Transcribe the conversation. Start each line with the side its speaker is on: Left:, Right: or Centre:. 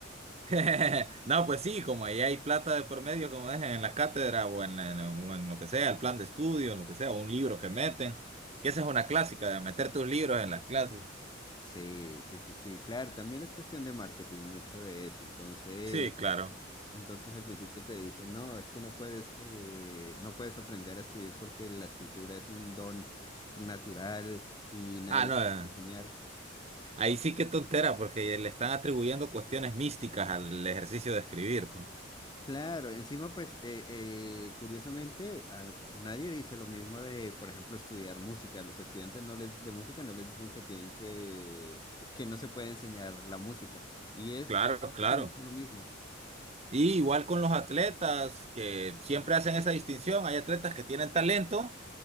Right: <laughs> No, pues sí, como ahí hay plata de por medio, como dejan en las cátedras o en, en- o en lo que sea, el plan de estudio, lo que sea, un libro que meten, que esa es una clásica, de meter tus libros en las clases.
Left: Sí, sí, sí, sí, claro, también es cuestión de marketing, mucho de eso, entonces,
Right: Sí, claro.
Left: entonces al principio te dicen, no, es que no puedes, eh, no puedes aprender a escribir porque la escritura es un don natural y nadie
Right: Ah, no,
Left: te
Right: eh,
Left: va a enseñar.
Right: ahí sí que tontera, porque le están atribuyendo cuestiones místicas al ejercicio de escribir, pues.
Left: Claro, encima pues eh, eh, curiosamente a nadie dice lo mismo de, por ejemplo, estudiar música. Los estudiantes no les, de música no les dicen que tienen que, que, que no se puede enseñar la música. Y es
Right: Claro, claro.
Left: prácticamente lo mismo.
Right: Y igual con los atletas que siempre hacen esa distinción, hay atletas que tienen talento,